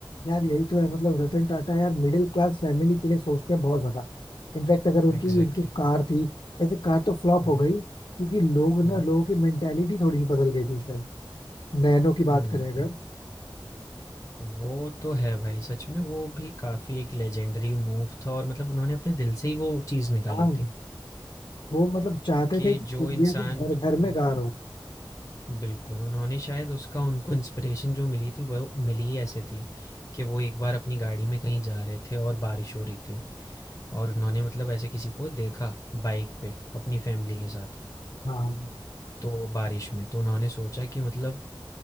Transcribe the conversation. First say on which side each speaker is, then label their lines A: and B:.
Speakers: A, on the left; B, on the left.
A: यार यही तो है मतलब रतन टाटा यार मिडिल क्लास फैमिली के लिए सोचते हैं बहुत ज्यादा इनफैक्ट अगर उनकी
B: एग्ज़ैक्टली।
A: एक जो कार थी वैसे कार तो फ्लॉप
B: हुँ,
A: हो
B: हुँ।
A: गई क्योंकि लोग ना
B: हुँ,
A: लोगों की मेंटेलिटी थोड़ी सी बदल गई थी उस टाइम नैनो की
B: हुँ,
A: बात करें अगर
B: हुँ। वो तो है भाई सच में वो भी काफ़ी एक लेजेंडरी मूव था और मतलब उन्होंने अपने दिल से ही वो चीज़ निकाली
A: हाँ
B: थी
A: वो मतलब चाहते
B: कि
A: थे कि
B: जो
A: इंडिया
B: इंसान
A: के घर घर
B: वो
A: में गार
B: उन
A: हो
B: बिल्कुल, उन्होंने शायद उसका उनको इंस्पिरेशन जो मिली थी वो मिली ही ऐसे थी कि वो एक बार अपनी गाड़ी में कहीं जा रहे थे और बारिश हो रही थी और उन्होंने मतलब ऐसे किसी को देखा बाइक पे अपनी फैमिली के साथ,
A: हाँ
B: तो बारिश में। तो उन्होंने सोचा कि मतलब